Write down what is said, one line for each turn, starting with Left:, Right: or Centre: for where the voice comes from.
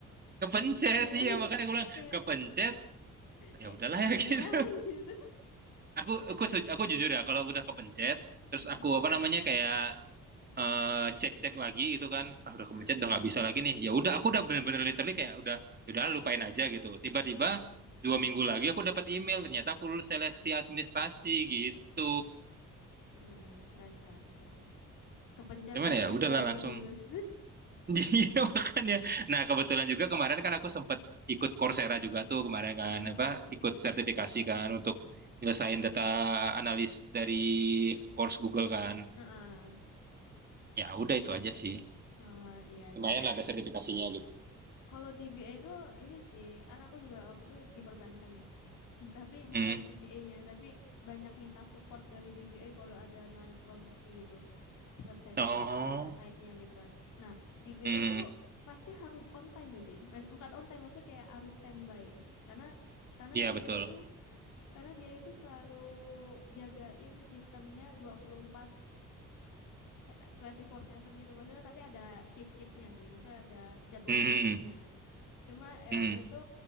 Right: Kepencet,
Left: Iya iya.
Right: iya
Left: iya.
Right: makanya aku bilang
Left: Kayak
Right: kepencet.
Left: kayak
Right: Ya udahlah
Left: ya
Right: ya
Left: udahlah
Right: <laughs> gitu.
Left: <laughs> gitu.
Right: Aku aku su- aku jujur ya, kalau udah kepencet, terus
Left: Heeh.
Right: aku apa namanya kayak eh, cek-cek lagi itu kan ah udah kemencet
Left: Heeh.
Right: udah nggak bisa lagi nih ya udah aku udah bener-bener literally kayak udah ya udah lupain aja gitu tiba-tiba dua minggu lagi aku dapat email ternyata aku lulus seleksi administrasi gitu
Left: Heeh. Keren keren keren. Kepencet
Right: cuman
Left: tapi
Right: ya udahlah
Left: berakhir
Right: langsung
Left: lulus.
Right: <laughs> jadi makanya nah kebetulan juga kemarin kan aku sempat ikut Coursera juga tuh kemarin kan
Left: <laughs> Heeh.
Right: apa ikut sertifikasi kan untuk nyelesain data analis dari course Google kan
Left: Heeh.
Right: ya udah itu aja sih
Left: Oh iya
Right: lumayan
Left: iya.
Right: lah ada sertifikasinya gitu
Left: Kalau DBA itu ini sih, kan aku juga waktu itu diperbankan ya. Tapi bukan
Right: Hmm.
Left: DBA-nya, tapi banyak minta support dari DBA kalau ada naik produksi gitu websitenya,
Right: Oh.
Left: eh, site-nya gitu kan. Nah, DBA
Right: Mhm.
Left: itu pasti harus on time sih, Mas- bukan on time maksudnya kayak harus standby karena karena
Right: Iya
Left: dia
Right: betul.
Left: itu karena dia itu selalu jagain sistemnya 24 se- 24/7 gitu maksudnya tapi ada shift-shiftnya sih maksudnya ada jadwal
Right: Mhm.
Left: piketnya cuma ya
Right: Mhm.
Left: waktu itu